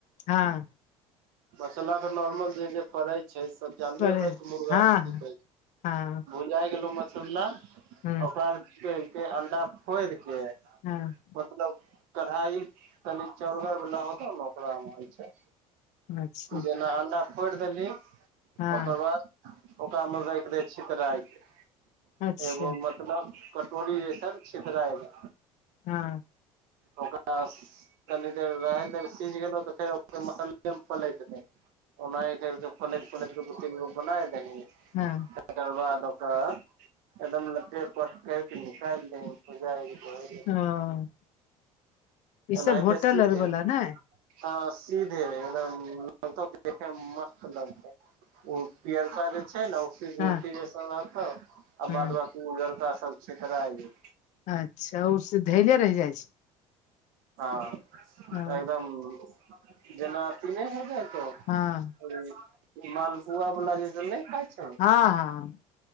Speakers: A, on the left; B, on the right.
A: हँ।
B: मसल्ला तऽ नॉर्मल छै जे पड़ै छै, सब जानबे
A: पर
B: करै छै मुर्गा
A: हँ
B: आरमे की पड़ै छै।
A: हँ
B: भुंजाय गेलो मसल्ला,
A: हँ
B: ओकरबाद कनिके अंडा फोड़ि के
A: हँ।
B: मतलब कढ़ाइ तनी चौड़गर वला होतौ ने ओकरामे होइ छै।
A: अच्छा
B: जेना अंडा फोड़ि देलही,
A: हँ
B: ओकर बाद ओकरा मे राइख दही छितराय के,
A: अच्छा
B: एगो म मतलब कटोरी जैसन छितराइ ले।
A: हँ।
B: ओकरा स कनि देर रहे दही, सीझ गेलहुँ तऽ फेर ओहि मसल्लेमे पलैत दही। ओनाहीं कैरकऽ पलैट-पलैट के दू तीन गो बनाय दिही
A: हँ।
B: तकर बाद ओकरा एकदम लटैर-पटैर कऽ निकाली दहु। बुझाइ भऽ गेलै।
A: ओ ई
B: एनाहिते
A: सब होटल
B: सीधे
A: आर वला नै।
B: हँ सीधे एकदम देखै मे मस्त लगतै। ओ पियरका जे छै न? ओ गुलठी
A: हँ
B: जैसन रहतौ। आ
A: हँ
B: बाद बाकी उजरका सब क्षितराय गेल।
A: अच्छा, औसे धेले रैह जाइ छै?
B: हँ एकदम,
A: ओ
B: जेना पुर नै हो जाय छौ?
A: हँ।
B: ओ, ई मालपुआ बला जेसन नैय खाय छ
A: हँ-हँ।